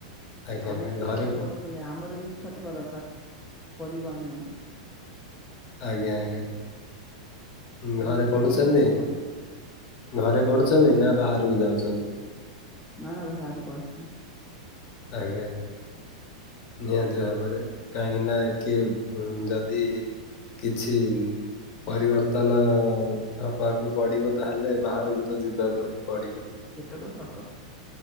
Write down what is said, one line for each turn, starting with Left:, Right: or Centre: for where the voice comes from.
Left: ଆଜ୍ଞା
Centre: ଆମକୁ
Left: ଆଜ୍ଞା। ଘରେ
Centre: କିଏ ଫୋକସ
Left: ପ-
Centre: କଲେ ଆମର ବି। ଇଚ୍ଛା ଥିବା ଦରକାର କରିବୁ ଆମେ।
Left: ଆଜ୍ଞା ଆଜ୍ଞା
Centre: ଆମ
Left: ଘରେ
Centre: ଇଚ୍ଛା
Left: ପଢୁଛନ୍ତି।
Centre: ନଥିଲେ କିଛି ହବନା
Left: ଘରେ ପଢୁଛନ୍ତି ନା ବାହାରକୁ ଯାଉଛନ୍ତି।
Centre: ନା ନା ବାହାରକୁ ଆସୁଛି।
Left: ଆଜ୍ଞା ଆଜ୍ଞା ନିହାତି ଭାବରେ କାହିଁକି ନା କିଏ। ହୁଁ ଯଦି କିଛି। ପରିବର୍ତ୍ତନ ହବାକୁ ପଡିବ ତାହେଲେ ବାହାରକୁ ତ ଯିବାକୁ ହିଁ। ପଡିବ।
Centre: ଏଟା ତ ସତ।